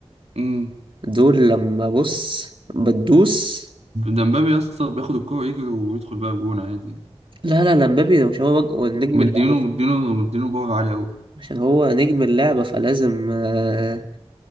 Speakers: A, on the right (about 75°); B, on the right (about 50°).
A: امم
B: دول لما بص بتدوس
A: ده مبابي يا اسطى بياخد الكوره يجري ويدخل بقى جون عادي
B: لا لا لا امبابي ده مش هو وج- هو نجم
A: مدينه
B: اللعبة
A: مدينه مدينه باور عالي قوي
B: عشان هو نجم اللعبة فلازم آه،